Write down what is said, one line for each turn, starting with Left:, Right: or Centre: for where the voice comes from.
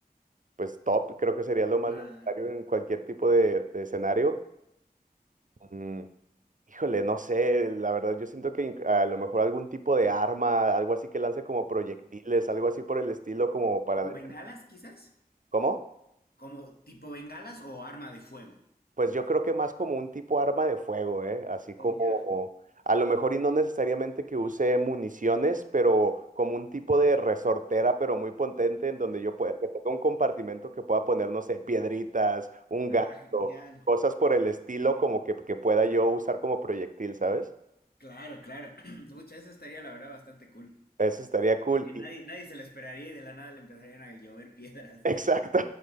Right: pues top, creo que sería lo más
Left: claro.
Right: necesario en cualquier tipo de, de escenario. Mm, Híjole, no sé, la verdad yo siento que inc- a lo mejor algún tipo de arma, algo así que lance como proyectiles,
Left: ujú.
Right: algo así por el estilo, como para...
Left: ¿Como
Right: defen-
Left: bengalas, quizás?
Right: ¿Cómo?
Left: ¿Como tipo bengalas o arma de fuego?
Right: Pues yo creo que más como un tipo arma de fuego, ¿eh? Así como,
Left: Oh, ya.
Right: a lo mejor y no necesariamente que use municiones, pero como un tipo de resortera, pero muy potente, en donde yo pueda, que tenga un compartimento que pueda poner, no sé, piedritas, un
Left: Ah,
Right: gato,
Left: genial.
Right: cosas por el estilo, como que, que pueda yo usar como proyectil, ¿sabes?
Left: Claro, claro. <clears throat> Mucha, eso estaría la verdad bastante cool.
Right: Eso estaría cool.
Left: Porque
Right: Y-
Left: nadie, nadie se la esperaría y de la nada le empezarían a llover piedras.
Right: <laughs> exacto.